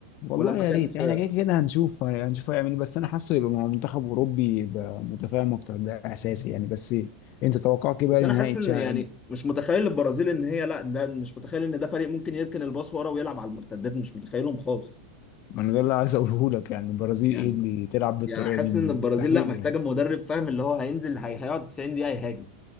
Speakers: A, on the left; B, on the left.
A: والله
B: ولما
A: يا
B: كان
A: ريت
B: في
A: إحنا كده كده هنشوف هنشوف هيعمل إيه بس أنا حاسه يبقى مع منتخب أوروبي يبقى متفاهم أكتر ده إحساسي يعني بس أنت توقعك إيه بقى
B: بس
A: لنهائي
B: انا حاسس ان
A: تشا-
B: يعني مش متخيل البرازيل ان هي لا ده مش متخيل ان ده فريق ممكن يركن الباص ورا ويلعب على المرتدات مش متخيلهم خالص
A: ما أنا ده اللي عايز أقوله لك يعني البرازيل
B: يعني
A: إيه اللي تلعب بالطريقة
B: يعني حاسس
A: دي مستحيل
B: ان البرازيل لا محتاجه
A: يعني
B: مدرب فاهم اللي هو هينزل هي هيقعد 90 دقيقه يهاجم